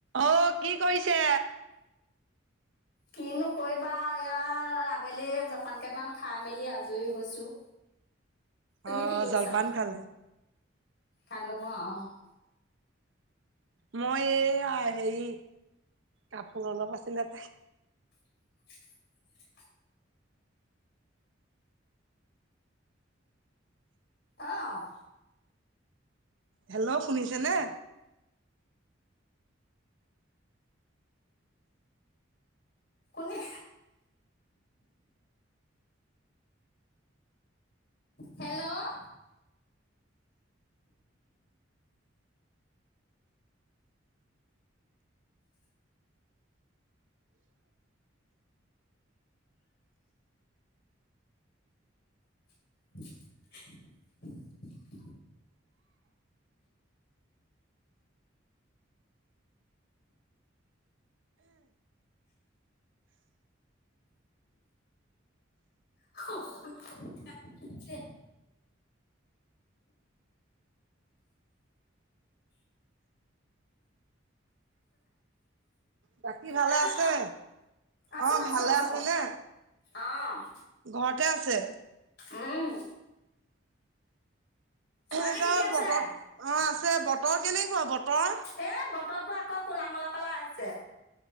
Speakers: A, on the right (about 75°); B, on the left (about 55°).
A: অ, কি কৰিছে?
B: কিনো কৰিবা ইয়াৰ আবেলি জপান কেপান খাই মেলি আজৰি হৈছোঁ।
A: অ'
B: তুমি কি কইছা?
A: জলপান খালে।
B: খালো অ'। <inaudible>
A: মই এইয়া হেই কাপোৰ অলপ আছিলে তাই।
B: <inaudible> অ'।
A: হেল্ল' শুনিছে নে?
B: কোনে? হেল্ল' <unintelligible> <inaudible> <inaudible> <unintelligible>
A: বাকী ভালে
B: হেল্ল'
A: আছে?
B: আছো,
A: অ'
B: আছো,
A: ভালে
B: আছো
A: আছেনে?
B: অ'।
A: ঘৰতে আছে
B: উম ছোৱালী
A: এহঁতৰ
B: ঠিকে আছে?
A: বতৰ, অ' আছে বতৰ কেনেকুৱা বতৰ?
B: এ বতৰটো আকৌ কোলা মোলা পেলা আহিছে।